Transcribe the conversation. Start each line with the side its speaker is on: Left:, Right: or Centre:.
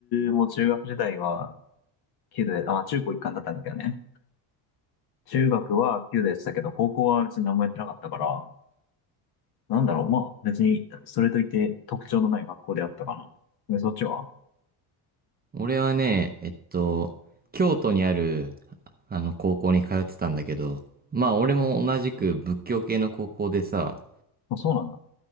Left: も中学時代は弓道で、あ、中高一貫だったんだけどね。中学は弓道やってたけど、高校は別に何もやってなかったから、なんだろう、まあ別に、それといって特徴のない学校であったかな。で、そっちは
Right: 俺はね、えっと、京都にある、あの高校に通ってたんだけど、まあ俺も同じく仏教系の高校でさ、
Left: あ、そうなんだ。